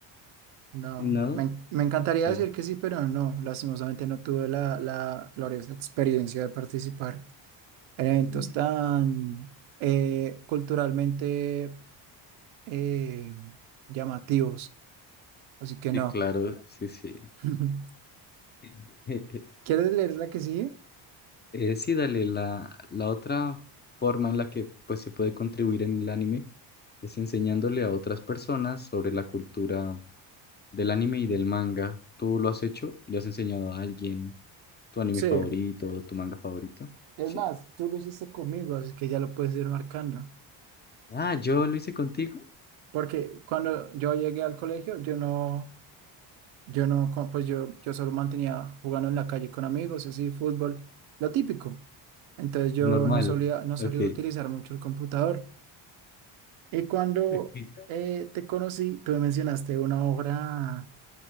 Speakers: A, on the right (about 80°); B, on the left (about 25°).
A: No,
B: No,
A: me, en- me encantaría
B: sí,
A: decir que sí, pero no, lastimosamente no tuve la, la gloriosa experiencia de participar en eventos
B: Mm.
A: tan eh, culturalmente eh, llamativos, así que no.
B: sí, claro, sí, sí.
A: <laughs>
B: <laughs>
A: ¿Quieres leer la que sigue?
B: Eh, sí, dale, la, la otra forma en la que pues, se puede contribuir en el anime es enseñándole a otras personas sobre la cultura del anime y del manga. ¿Tú lo has hecho? ¿Le has enseñado a alguien tu anime
A: Sí.
B: favorito o tu manga favorito?
A: Es
B: Sí.
A: más, tú lo hiciste conmigo, así que ya lo puedes ir marcando.
B: Ah, ¿yo lo hice contigo?
A: Porque cuando yo llegué al colegio, yo no, yo no, co- pues yo, yo solo mantenía jugando en la calle con amigos, así, fútbol, lo típico. Entonces yo
B: Lo normal.
A: no solía, no solía
B: Ok.
A: utilizar mucho el computador. Y cuando
B: Ok.
A: eh, te conocí, tú me mencionaste una obra